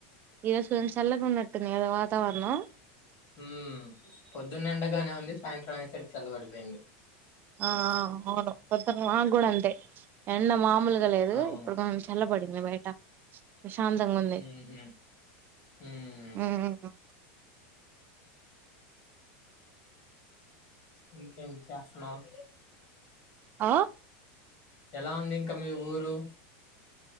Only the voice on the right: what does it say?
ఈ రోజు కోన్ చల్లగా ఉన్నట్టుంది కదా వాతావరణం
ఆ అవును పొద్దున్న మాక్ గూడ అంతే ఎండ మాముల్ లేదు
ఇప్పుడు కొంచెం చల్లబడింది బయట ప్రశాంతంగా ఉంది
ఉమ్ ఉ
ఆ